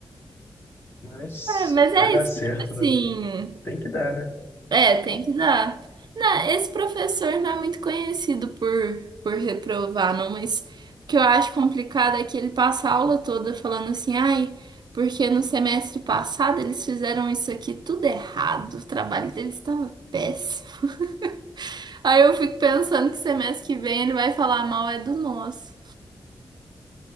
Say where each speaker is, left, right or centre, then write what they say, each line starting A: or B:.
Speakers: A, on the left; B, on the right.
A: Mas
B: É, mas é
A: vai dar
B: isso,
A: certo,
B: tipo assim.
A: né? Tem que dar, né?
B: É, tem que dar. Não, esse professor não é muito conhecido por, por reprovar, não, mas o que eu acho complicado é que ele passa a aula toda falando assim, ai, porque no semestre passado eles fizeram isso aqui tudo errado, o trabalho deles estava péssimo. <laughs> Aí eu fico pensando que semestre que vem ele vai falar mal é do nosso.